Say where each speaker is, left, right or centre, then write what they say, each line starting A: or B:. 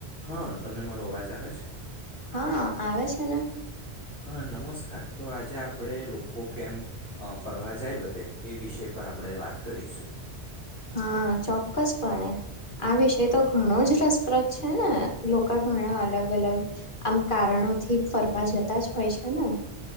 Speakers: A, on the left (about 85°); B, on the left (about 50°).
A: હા તમને મારો અવાજ આવે છે.
B: હા આવે છે ને.
A: હા નમસ્કાર તો આજે આપણે લોકો કેમ ફરવા જાય બધે એ વિષય પર આપણે વાત કરીશું.
B: હા ચોક્કસપણે આ વિષય તો ઘણો જ રસપ્રદ છે ને લોકો ઘણા અલગ અલગ આમ કારણોથી ફરવા જતા જ હોય છે ને.